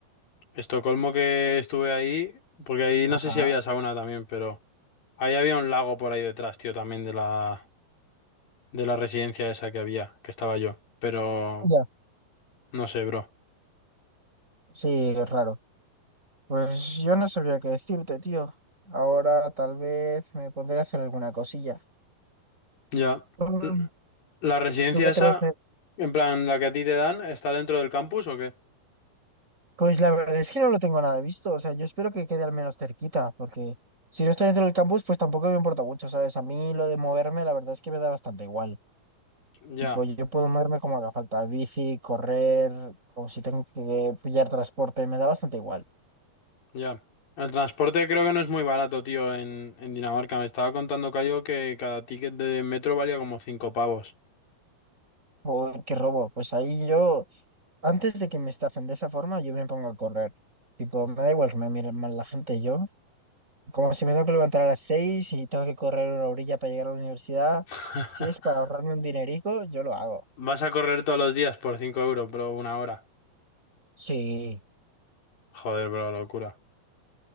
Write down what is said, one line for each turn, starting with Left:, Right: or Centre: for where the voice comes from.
Left: Estocolmo que estuve ahí, porque ahí
Right: Ajá.
Left: no sé si había sauna también, pero ahí había un lago por ahí detrás, tío, también de la de la residencia esa que había, que estaba yo. Pero
Right: Ya,
Left: no sé, bro.
Right: sí, es raro. Pues yo no sabría qué decirte, tío. Ahora tal vez me pondré a hacer alguna cosilla.
Left: Ya.
Right: Mm,
Left: L- ¿La residencia
Right: ¿Tú qué
Left: esa,
Right: te vas a...
Left: en plan, la que a ti te dan, está dentro del campus o qué?
Right: Pues la verdad es que no lo tengo nada visto, o sea, yo espero que quede al menos cerquita, porque si no estoy dentro del campus, pues tampoco me importa mucho, ¿sabes? A mí lo de moverme, la verdad es que me da bastante igual.
Left: Ya,
Right: Tipo, yo puedo moverme como haga falta, bici, correr, o si tengo que pillar transporte, me da bastante igual.
Left: ya. El transporte creo que no es muy barato, tío, en, en Dinamarca. Me estaba contando Cayo que cada ticket de metro valía como cinco pavos.
Right: Tipo, ¿qué robo? Pues ahí yo, antes de que me estafen de esa forma, yo me pongo a correr. Tipo, me da igual que me miren mal la gente, yo. Como si me tengo que levantar a las seis y tengo que correr una orilla para llegar a la universidad,
Left: <laughs>
Right: si es para ahorrarme un dinerico, yo lo hago.
Left: Vas a correr todos los días por 5 euros, bro, una hora.
Right: Sí,
Left: Joder, bro, locura.